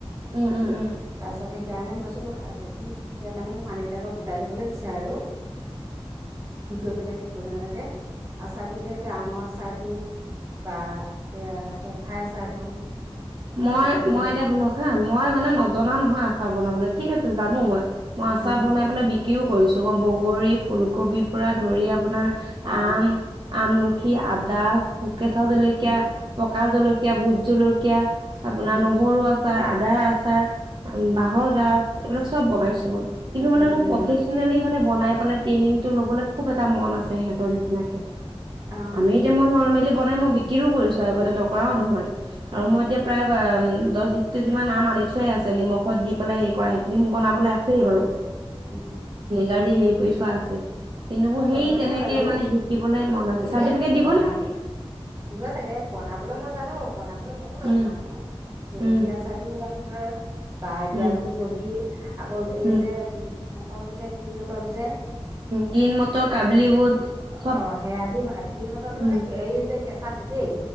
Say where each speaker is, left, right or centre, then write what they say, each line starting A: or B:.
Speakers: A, on the right (about 50°); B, on the right (about 30°).
A: উম উম উম
B: তাৰ পিছত সেইকাৰণে মইচো যদি শিকে মানে মোক মানুহ বিলাকক গোটাই লবলৈ দিছে। আৰু কি কৰিব লাগে কি কৰিব নালাগে আচাৰটো এতিয়া আমৰ আচাৰ বা এ জলফাই আচাৰটো-
A: মই
B: তাৰপিছত আকৌ
A: মই এতিয়া শুনক হা মই মানে নজনা নহয় আচাৰ বনাবলৈ ঠিক আছে জানো। মই মই আচাৰ
B: উম
A: বনাই পেলাই বিক্ৰীও কৰিছো মই বগৰী ফুলকবি পৰা ধৰি আপোনাৰ
B: অ
A: আম আমলখি, আদা, কেঁচা জলকীয়া,
B: উম
A: পকা জলকীয়া, কীয়া ভোট জলকীয়া, আপোনাৰ
B: উম
A: নহৰু আচাৰ আদাৰ আচাৰ,
B: উম
A: বাঁহৰ গাজ, এইবিলাক চব বনাইছো মই কিন্তু মানে
B: উম
A: মোৰ
B: উম
A: প্ৰফেচনেলি মানে বনাই ট্ৰেইনিংটো ল'বলৈ খুব এটা মন আছে সিহঁতৰ নিচিনাকে
B: অ
A: আমি এতিয়া মই নৰ্মেলি বনাই মই বিক্ৰীও কৰিছো আগতে নকৰাও নহয় আৰু
B: উম
A: মই এতিয়া। ম দহ বিচ কেজি মান আম আনি থোৱাই আছে নিমখত দি পেলাই হে কৰা সেইখিনি মোৰ বনাবলৈ আছেই বাৰু-
B: উম
A: গাড়ী হেৰি কৰি থোৱা আছে। কিন্তু মোৰ
B: মই
A: সেই
B: বনোৱা
A: তেনেকে
B: নাই বাৰু
A: মানে শিকিবলৈ মন আছে
B: এনে
A: চাৰ্টিফিকেট দিব
B: বনাব
A: নে-
B: দিব চাগে বনাবলৈ মই জানো বনাবলৈ মইয়ো নজনা
A: উম
B: নহয় জলকীয়া
A: উম
B: আচাৰটো জানো ধৰ বা এতিয়া
A: উম
B: ফুলকবি, আকৌ এই
A: উম
B: যে উ মটৰটো যে গ্ৰীণ মটৰটো যে
A: উম গ্ৰীণ মটৰ কাবলি বুট চব
B: অ সেয়া দিও বনাবি গ্ৰীণ মটৰটো
A: উম
B: যে এই যে কেঁচাটো দেই